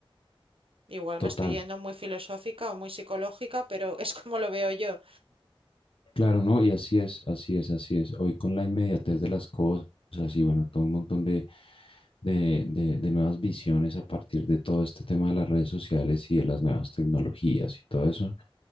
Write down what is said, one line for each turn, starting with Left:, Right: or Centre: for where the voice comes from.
Right: Igual
Left: Total,
Right: me estoy yendo muy filosófica o muy psicológica, pero <laughs> es como lo veo yo.
Left: claro, ¿no? Y así es, así es, así es. Hoy con la inmediatez de las cosas y bueno, todo un montón de, de, de, de nuevas visiones a partir de todo este tema de las redes sociales y de las nuevas tecnologías y todo eso,